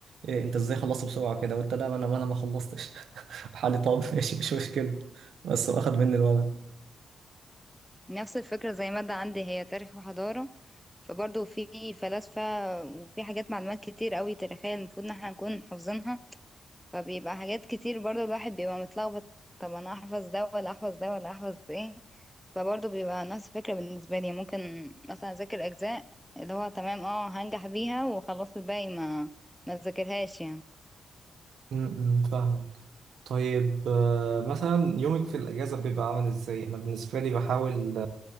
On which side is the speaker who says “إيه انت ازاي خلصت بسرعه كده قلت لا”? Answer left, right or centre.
Right